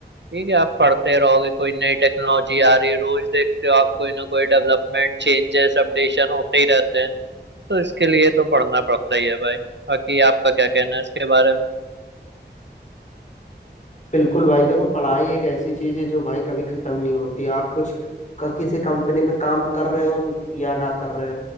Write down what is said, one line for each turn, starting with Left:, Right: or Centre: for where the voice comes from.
Right: ठीक है आप पढ़ते रहोगे कोई नई टेक्नोलॉजी आ रही है रोज देखते हो आप कोई ना कोई डेवलपमेंट चेंजेस अपडेशन होते ही रहते हैं तो इसके लिए तो पढ़ना पड़ता ही है भाई बाकी आपका क्या कहना है इसके बारे में
Left: बिल्कुल भाई देखो पढ़ाई एक ऐसी चीज है जो भाई कभी खत्म नहीं होती आप कुछ क- किसी कंपनी में काम कर रहे हो या ना कर रहे हो